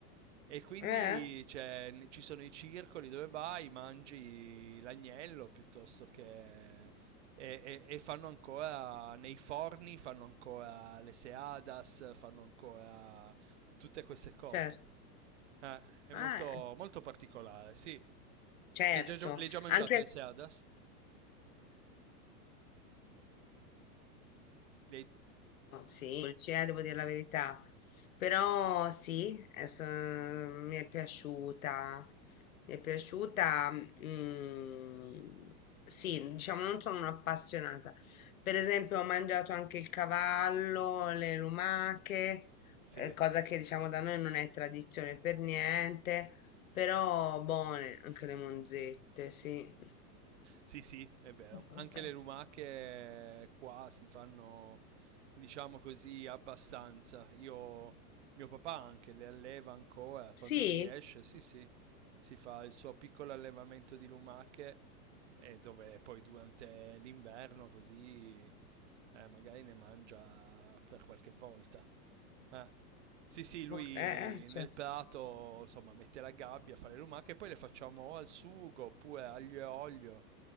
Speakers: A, on the right; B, on the left.
A: E quindi
B: eh,
A: cioè, n- ci sono i circoli dove vai, mangi l'agnello piuttosto che... E, e- e fanno ancora, nei forni fanno ancora le seadas, fanno ancora tutte queste cose.
B: certo.
A: Eh, è molto,
B: Ah,
A: molto particolare, sì.
B: certo.
A: Tu le hai già, gio- le hai già mangiate
B: Anche
A: le seadas? Le hai-
B: Oh, sì, dolce, eh, devo dire la verità. Però sì, adesso, eh, mi è piaciuta. Mi è piaciuta. mm, sì, diciamo, non sono un'appassionata. Per esempio, ho mangiato anche il cavallo, le lumache,
A: Sì.
B: eh, cosa che diciamo da noi non è tradizione per niente. Però buone anche le monzette, sì.
A: Sì, sì, è vero.
B: <laughs>
A: Anche le lumache qua si fanno, diciamo così, abbastanza. Io, mio papà anche le alleva ancora quando
B: Sì,
A: riesce, sì, sì, si fa il suo piccolo allevamento di lumache e dove poi durante l'inverno così eh, magari ne mangia per qualche volta. Eh. Sì, sì, lui
B: ok, eh, eh, cioè,
A: nel prato, insomma, mette la gabbia, fa le lumache e poi le facciamo o al sugo oppure aglio e olio